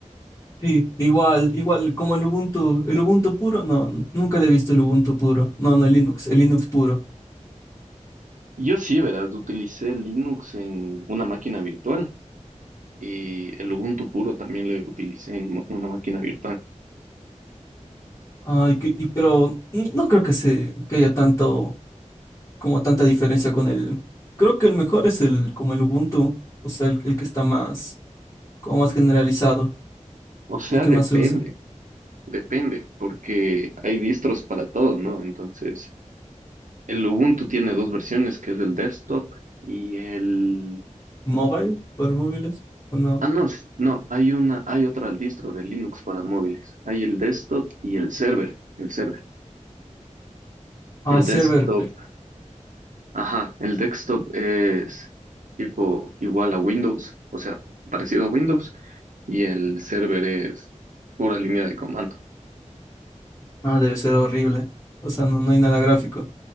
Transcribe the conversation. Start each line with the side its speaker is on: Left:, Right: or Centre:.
Left: Sí, igual, igual como el Ubuntu, el Ubuntu puro, no, nunca le he visto el Ubuntu puro, no, no, el Linux, el Linux puro.
Right: Yo sí, verás, utilicé Linux en una máquina virtual y el Ubuntu puro también lo utilicé en mo- una máquina virtual.
Left: Ay, que- y, pero n- no creo que se, que haya tanto, como tanta diferencia con el, creo que el mejor es el, como el Ubuntu, o sea, el, el que está más, como más generalizado,
Right: O sea,
Left: el que
Right: depende,
Left: más se usa.
Right: depende, porque hay distros para todo, ¿no? Entonces, el Ubuntu tiene dos versiones, que es el desktop y el
Left: mobile, por móviles, o no.
Right: Ah, no, s- no, hay una, hay otra al distro de Linux para móviles. Hay el desktop y el server, el server.
Left: Ah,
Right: El
Left: server.
Right: desktop, ajá, el desktop es tipo igual a Windows, o sea, parecido a Windows, y el server es pura línea de comando.
Left: Ah, debe ser horrible. O sea, no, no hay nada gráfico.